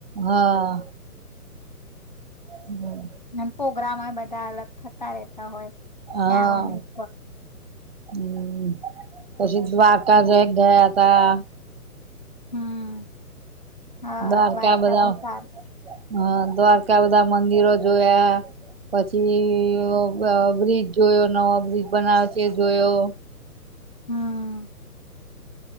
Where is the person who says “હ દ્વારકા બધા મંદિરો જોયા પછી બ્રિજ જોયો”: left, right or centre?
Right